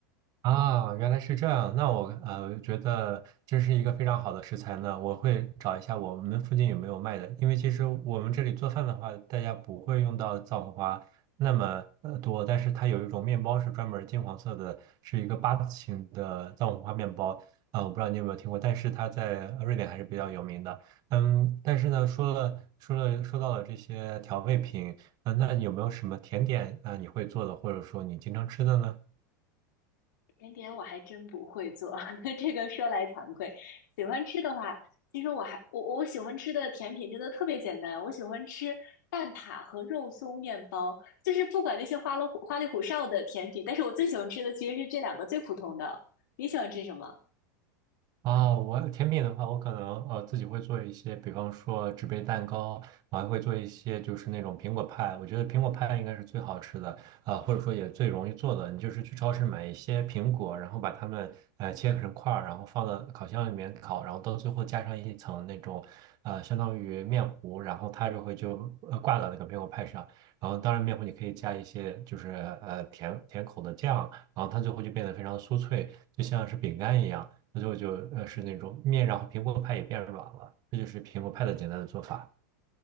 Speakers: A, on the right; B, on the left.
A: 啊，原来是这样。那我呃觉得这是一个非常好的食材呢，我会找一下我们附近有没有卖的。因为其实我们这里做饭的话，大家不会用到藏红花那么呃多，但是它有一种面包是专门金黄色的，是一个八字形的藏红花面包。啊、我不知道你有没有听过，但是它在瑞典还是比较有名的。嗯，但是呢，说了说了说到了这些调味品，啊、那有没有什么甜点啊、你会做的，或者说你经常吃的呢？
B: 甜点我还真不会做，<laughs> 这个说来惭愧。喜欢吃的话，其实我还我我喜欢吃的甜品真的特别简单，我喜欢吃蛋挞和肉松面包，就是不管那些花里胡花里胡哨的甜品，但是我最喜欢吃的其实是这两个最普通的。你喜欢吃什么？
A: 啊，我甜品的话，我可能呃自己会做一些，比方说纸杯蛋糕，我还会做一些就是那种苹果派。我觉得苹果派应该是最好吃的，啊、或者说也最容易做的。你就是去超市买一些苹果，然后把它们呃切成块儿，然后放到烤箱里面烤，然后到最后加上一层那种呃相当于面糊，然后它就会就呃挂到那个苹果派上。然后当然面糊你可以加一些就是呃甜甜口的酱，然后它最后就变得非常酥脆，就像是饼干一样。所以我就呃是那种面，然后苹果派也变软了，这就是苹果派的简单的做法。